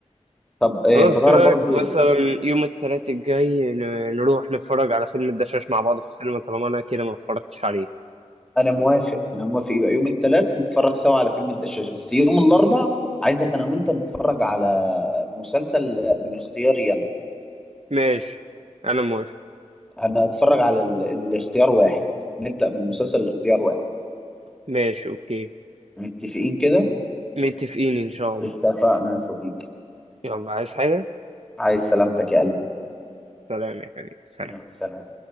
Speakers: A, in the centre; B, on the right.
A: طب إيه
B: خلاص
A: انت تعرف
B: ايه رايك
A: برضو
B: مثلا يوم الثلاث الجاي ن- نروح نتفرج على فيلم الدشاش مع بعض في السينما طالما انا كده ما اتفرجتش عليه
A: انا موافق انا موافق يبقى يوم الثلاث نتفرج سوا على فيلم الدشاش بس يوم الاربع عايزك انا وانت نتفرج على مسلسل من اختياري انا
B: ماشي انا موافق
A: انا هتفرج على ال... الاختيار واحد نبدا من مسلسل الاختيار واحد
B: ماشي اوكي
A: متفقين كده
B: متفقين ان شاء الله
A: اتفقنا يا صديقي
B: يلا عايز حاجة
A: عايز سلامتك يا قلبي
B: سلام يا حبيبي سلام.
A: يلا سلام